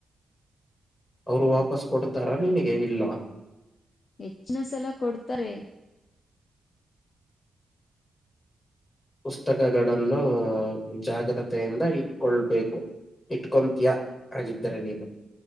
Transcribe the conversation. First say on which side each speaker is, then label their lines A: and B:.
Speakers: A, on the left; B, on the left.
A: ಅವರು ವಾಪಸ್ ಕೊಡ್ತಾರ ನಿನಗೆ ಇಲ್ವಾ
B: ಹೆಚ್ಚಿನ ಸಲ ಕೊಡ್ತಾರೆ
A: ಪುಸ್ತಕಗಳನ್ನು ಜಾಗ್ರತೆಯಿಂದ ಇಟ್ಕೊಳ್ಬೇಕು ಇಟ್ಕೊತೀಯ ಆಗಿದ್ದರೆ ನೀನು